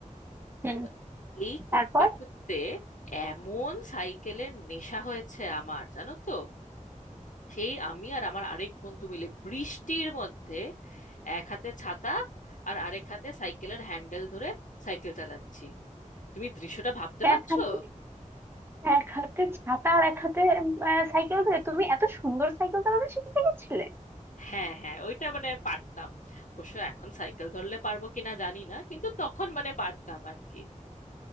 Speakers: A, on the right; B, on the left.
A: হুম
B: তো এই করতে
A: তারপর
B: করতে এমন সাইকেলের নেশা হয়েছে আমার জানো তো সেই আমি আর আমার আরেক বন্ধু মিলে বৃষ্টির মধ্যে এক হাতে ছাতা আর আরেক হাতে সাইকেলের হ্যান্ডেল ধরে সাইকেল চালাচ্ছি তুমি দৃশ্যটা ভাবতে পারছো
A: এক হাতে এক হাতে ছাতা আর এক হাতে আহ, সাইকেল ধরে তুমি এত সুন্দর সাইকেল চালানো শিখে গেছিলে
B: হ্যাঁ হ্যাঁ ওইটা মানে পারতাম অবশ্য এখন সাইকেল ধরলে পারবো কিনা জানি না কিন্তু তখন মানে পারতাম আর কি